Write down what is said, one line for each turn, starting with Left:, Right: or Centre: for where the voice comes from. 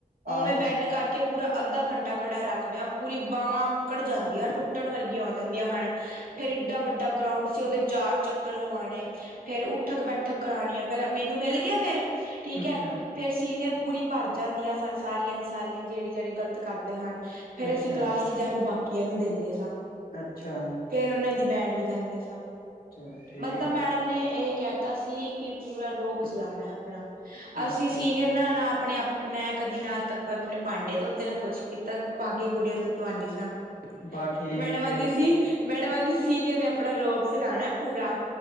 Right: ਉਵੇਂ
Left: ਆਹੋ
Right: ਬੈਂਡ ਕਰਕੇ ਪੂਰਾ ਅੱਧਾ ਘੰਟਾ ਖੜਾ ਰੱਖ ਲਿਆ, ਪੂਰੀ ਬਾਹਵਾਂ ਅਕੜ ਜਾਂਦੀਆਂ ਟੁੱਟ ਟੁੱਟਣ ਵਰਗੀਆਂ ਹੋ ਜਾਂਦੀਆਂ ਹਨ, ਫੇਰ ਏਡਾ ਵੱਡਾ ਗਰਾਉਂਡ ਸੀ ਉਹਦੇ ਚਾਰ ਚੱਕਰ ਲਵਾਣੇ। ਫੇਰ ਉੱਠਕ ਬੈਠਕ ਕਰਾਣੀਆਂ ਪਹਿਲਾਂ ਮੈਨੂੰ ਮਿਲ ਗਿਆ ਫੇਰ ਠੀਕ
Left: ਅੱਛਾ
Right: ਏ। ਫੇਰ ਸੀਨੀਅਰ ਪੂਰੀ ਭਰ ਜਾਂਦੀਆਂ ਸਨ ਸਾਰੀਆਂ ਦੀ ਸਾਰੀਆਂ ਜਿਹੜੇ ਜਿਹੜੇ ਗ਼ਲਤ ਕਰਦੇ ਹਨ। ਫਿਰ
Left: ਅੱਛਾ
Right: ਅਸੀਂ ਕਲਾਸ ਚ ਜਾ ਕੇ ਬਾਕੀਆਂ ਨੂੰ ਦਿੰਦੇ ਸਾਂ।
Left: ਅੱਛਾ
Right: ਫੇਰ ਉਹਨਾਂ ਦੀ ਬੈਂਡ ਵਜਾਦੇ ਸਾਂ।
Left: ਚਲ ਠੀਕ
Right: ਮਤਲਬ ਮੈਂ ਮੈਡਮ ਨੇ ਇਹ ਕਹਿਤਾ ਸੀ ਕਿ ਪੂਰਾ ਰੋਬ ਚਲਾਉਣਾ ਆਪਣਾ।
Left: ਹੈ। ਅੱਛਾ
Right: ਅਸੀਂ ਸੀਨੀਅਰ ਨਾ ਨਾ ਆਪਣੇ- ਆਪ ਮੈਂ ਕਦੀ ਨਾ ਤੱਕ ਆਪਣੇ ਭਾਂਡੇ ਧੋਤੇ ਉੱਤੇ ਨਾ ਕੁਛ ਕੀਤਾ ਬਾਕੀ ਕੁੜੀਆਂ ਤੋਂ ਤੁਹਾਨੀ ਸਾਂ।
Left: ਬਸ ਠੀਕ
Right: ਤੇ ਮੈਡਮ ਆਦੀ
Left: ਹੈ
Right: ਸੀ ਮੈਡਮ ਆਂਦੀ ਸੀ ਸੀਨੀਅਰ ਨੇ ਆਪਣਾ ਰੋਬ ਚਲਾਉਣਾ ਪੂਰਾ